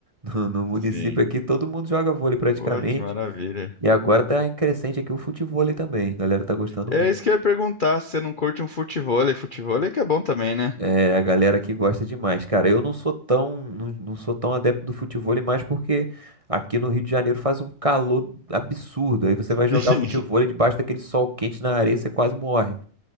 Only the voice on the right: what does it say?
No, no município
aqui, todo mundo joga vôlei praticamente.
E agora tá em crescente aqui o futevôlei também. A galera tá gostando
muito.
É, a galera aqui gosta demais. Cara, eu não sou tão, não, não sou tão adepto do futevôlei mais porque aqui no Rio de Janeiro faz um calor absurdo. Aí você vai jogar
futevôlei debaixo daquele sol quente na areia, você quase morre.